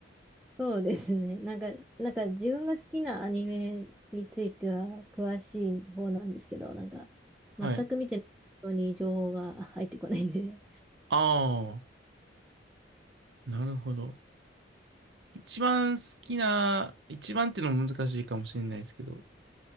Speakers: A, in the centre; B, on the right.
A: そうですね。なんか、なんか自分が好きなアニメについては詳しい方なんですけど、なんか、全く見てない人に情報が入ってこないんで。
B: はい。ああ、なるほど。一番好きな、一番っていうのも難しいかもしれないですけど、